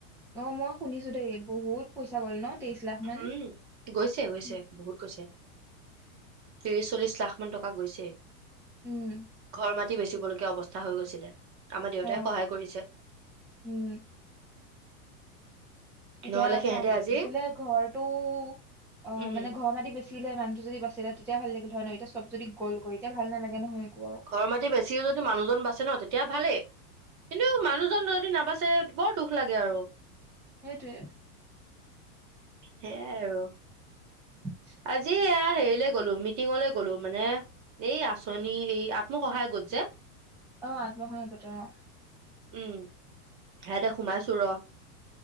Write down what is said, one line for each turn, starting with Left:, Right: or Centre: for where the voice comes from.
Centre: অ, মই শুনিছো দেই বহুত পইচা গ'ল ন, তেইশ লাখ মান?
Right: উম গৈছে, গৈছে,
Centre: উম
Right: বহুত গৈছে, ত্ৰিশ চল্লিশ লাখ মান টকা গৈছে।
Centre: উম
Right: ঘৰ মাটি বেচিব লগীয়া অৱস্থা হৈ গৈছিলে, আমাৰ দেউতাই
Centre: অ
Right: সহায় কৰিছে।
Centre: উম, এতিয়া
Right: নহ'লে সিহঁতে
Centre: চাম,
Right: আজি
Centre: বোলে ঘৰটো অ,
Right: উম,
Centre: মানে ঘৰ মাটি বেছি। বাচছিলে মানুহটো যদি বাচছিলে, তেতিয়া ভাল লাগিল হয়, নহ এতিয়া চব যদি গল হৈ এতিয়া ভাল নালাগে নহয় একো আৰু।
Right: ঘৰ মাটি বেছিও যদি মানুহজন বাচে ন, তেতিয়া ভালেই, কিন্তু মানুহজন যদি নাবাচে। বৰ দুখ লাগে আৰু।
Centre: সেইটোৱে।
Right: সেয়াই আৰু।
Centre: <inaudible>
Right: আজি এয়া হেৰিলে গ'লো, মিটিঙলে গলো মানে এই আঁচনি, এই আত্মসহায় গোট যে।
Centre: অ, আত্মসহায়ক গোতৰ অ,
Right: উম, সেয়াতে সোমাইছো ৰহ।